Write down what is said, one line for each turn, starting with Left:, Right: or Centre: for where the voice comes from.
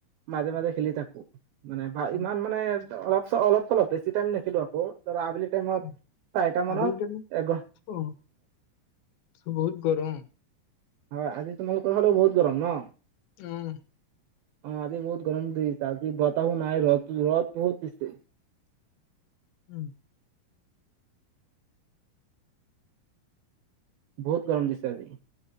Right: মাজে মাজে খেলি থাকো মানে ভাই
Left: উম,
Right: মান মানে ধ অলপ চ অলপ চলপ বেছি টাই নেখেলো আকৌ ধৰা আবেলি টাইমত
Left: উম।
Right: চাৰিটা মানত
Left: আবেলি টাইমত
Right: এগ
Left: অ', বহুত গৰম।
Right: আৰু আজি তোমালোকৰ ফালেও বহুত গৰম ন।
Left: অ'।
Right: অ' আজি বহুত গৰম দেই। আজি বতাহ নাই ৰ'দ-ৰ'দ বহুত দিছে।
Left: উম।
Right: বহুত গৰম দিছে আজি।